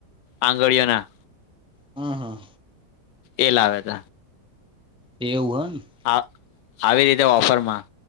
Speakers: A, on the left; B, in the centre.
A: આંગળીઓ ના.
B: હા હા.
A: એ લાવે ત.
B: એવું હા.
A: આ આવી રીતે ઓફર માં.